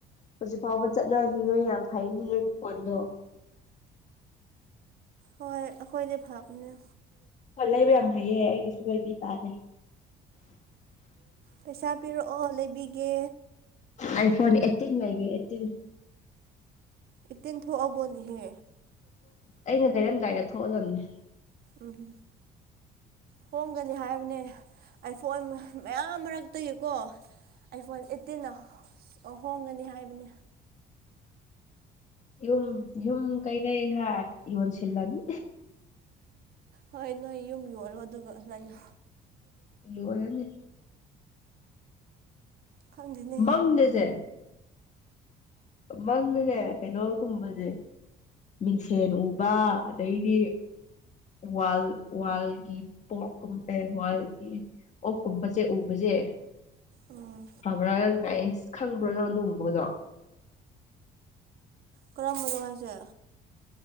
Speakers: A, on the left; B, on the right.
A: ꯍꯧꯖꯤꯛ ꯐꯥꯎꯕ ꯆꯠꯅꯔꯤ ꯅꯣꯏ ꯌꯥꯝ ꯐꯩꯅꯤ ꯅꯣꯏꯒꯤ ꯐꯣꯟꯗꯣ
B: ꯍꯣꯏ ꯍꯈꯣꯏꯗꯤ ꯐꯕꯅꯦ
A: ꯍꯣꯏ ꯂꯩꯕ ꯌꯥꯝ ꯍꯩꯌꯦ ꯑꯩꯒꯤꯁꯨ ꯂꯩꯕꯤ ꯇꯥꯔꯦ
B: ꯄꯩꯁꯥ ꯄꯤꯔꯛꯑꯣ ꯂꯩꯕꯤꯒꯦ
A: ꯑꯥꯏ ꯐꯣꯟ ꯑꯦꯠꯇꯤꯟ ꯂꯒꯤꯦꯠꯇꯤꯟ
B: ꯏꯇꯦꯟ ꯊꯣꯛꯑꯕꯣꯟꯍꯦ
A: ꯑꯩꯅ ꯂꯩꯔꯝꯗꯥꯏꯗ ꯊꯣꯛꯑꯗꯕꯅꯦ
B: ꯎꯝ ꯍꯣꯡꯒꯅꯤ ꯍꯥꯏ ꯅꯦ ꯑꯥꯏꯐꯣꯟ ꯃꯌꯥꯝ ꯃꯔꯛꯇꯒꯤꯀꯣ ꯑꯥꯏꯐꯣꯟ ꯑꯦꯠꯇꯤꯗ ꯑꯣ ꯍꯣꯡꯒꯅꯤ ꯍꯥꯏꯕꯅꯦ
A: ꯍ ꯍ ꯀꯩꯔ ꯍ ꯌꯟ ꯁꯤꯜꯂꯅꯤ
B: ꯍꯣꯏ ꯅꯣꯏ ꯌꯨꯝ ꯌꯣꯜꯂꯣ ꯑꯗꯨꯒ ꯂꯩꯂꯣ
A: ꯀ ꯋꯥꯂꯅꯦ
B: ꯈꯪꯗꯦꯅꯦ
A: ꯅꯖꯦ ꯃꯪꯗꯅꯦ ꯀꯩꯅꯣꯒꯨꯝꯕꯁꯦ ꯃꯤꯡꯁꯦꯟ ꯎꯕ ꯑꯗꯩꯗꯤ ꯋꯥꯜ ꯋꯥꯜꯒꯤ ꯄꯣꯛ ꯋꯥꯜꯒꯤ ꯑꯣ ꯀꯨꯝꯕꯁꯦ ꯎꯕꯁꯦ
B: ꯎꯝ
A: ꯐꯕ꯭ꯔꯥ ꯅꯪ ꯉ ꯑꯩ ꯈꯪꯕ꯭ꯔꯥ ꯅꯪꯣꯟꯗꯣꯡꯕꯒꯗꯣ
B: ꯀꯔꯝꯕꯗꯅꯨꯡ ꯍꯥꯏꯁꯦ